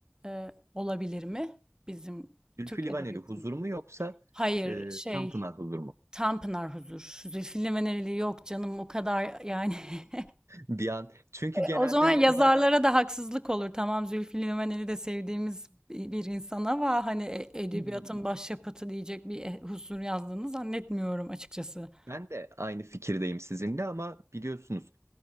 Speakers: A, on the right (about 15°); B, on the right (about 75°).
A: E, olabilir mi bizim
B: Zülfü
A: Türk
B: Livaneli
A: Edebiyatı'nda?
B: huzur mu yoksa
A: Hayır
B: e,
A: şey
B: Tanpınar huzur mu?
A: Tanpınar Huzur. Zülfü Livaneli yok canım o kadar yani. <laughs>
B: Bir an. Çünkü genelde
A: O zaman yazarlara
B: ne kadar <clears throat>
A: da haksızlık olur. Tamam Zülfü Livaneli de sevdiğimiz bir bir insan ama hani e- edebiyatın
B: Hmm.
A: başyapıtı diyecek bir e- huzur yazdığını zannetmiyorum açıkçası.
B: ben de aynı fikirdeyim sizinle ama biliyorsunuz